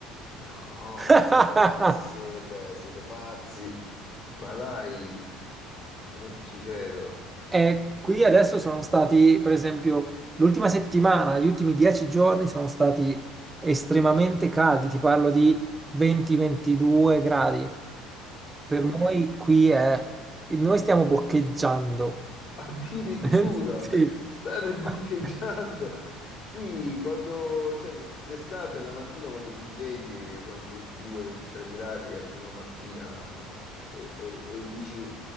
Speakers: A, on the left; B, on the right.
A: No,
B: <laughs>
A: voi pazzi siete, siete pazzi, ma dai, non ci credo.
B: E qui adesso sono stati, per esempio, l'ultima settimana, gli ultimi 10 giorni sono stati estremamente caldi, ti parlo di 20-22 gradi. Per
A: Wow.
B: noi qui è... Noi
A: <laughs>
B: stiamo boccheggiando.
A: Addirittura
B: <laughs> Sì.
A: state boccheggiando.
B: <laughs>
A: Qui quando, cioè, d'estate la mattina quando ti svegli sono 22-23 gradi a prima mattina e, e- e dici,